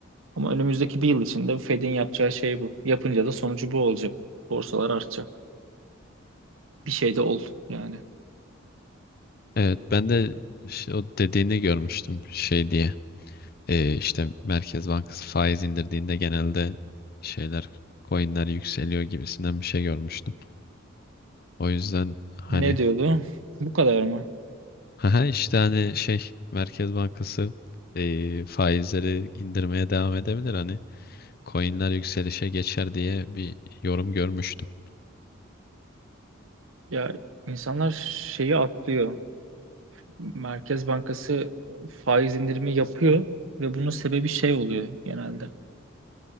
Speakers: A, on the right; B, on the left.
A: Ama önümüzdeki bir yıl içinde Fed'in yapacağı şey bu. Yapınca da sonucu bu olacak. Borsalar artacak. Bir şey de ol yani.
B: Evet ben de işte o dediğini görmüştüm şey diye. E, işte Merkez Bankası faiz indirdiğinde genelde şeyler coinler yükseliyor gibisinden bir şey görmüştüm. O yüzden hani
A: Ne diyordu? Bu kadar mı?
B: Aha, işte hani şey Merkez Bankası eee, faizleri indirmeye devam edebilir hani coinler yükselişe geçer diye bir yorum görmüştüm.
A: Ya insanlar şeyi atlıyor. Merkez Bankası faiz indirimi yapıyor ve bunun sebebi şey oluyor genelde.